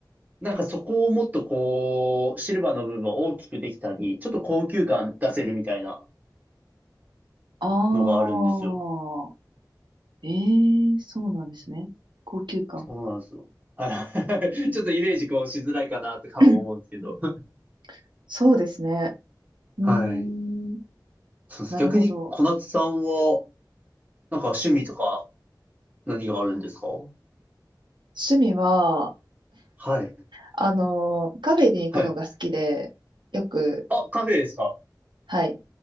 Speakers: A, on the right (about 20°); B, on the right (about 85°).
A: なんかそこをもっとこう、シルバーの部分を大きくできたり、ちょっと高級感出せるみたいな
B: あ
A: のがあるんですよ。
B: あ、ええそうなんですね。高級感。
A: そうなんですよ。はい。<laughs> ちょっとイメージこうしづらいかなって顔思うんですけど。
B: <laughs> <clears throat> そうですね。うーん、
A: はい。そうです。
B: なるほど。
A: 逆に小夏さんは、なんか趣味とか何があるんですか
B: 趣味は、
A: はい。
B: あの、カフェに行くのが好きで、
A: はい。
B: よく、
A: あ、カフェですか
B: はい、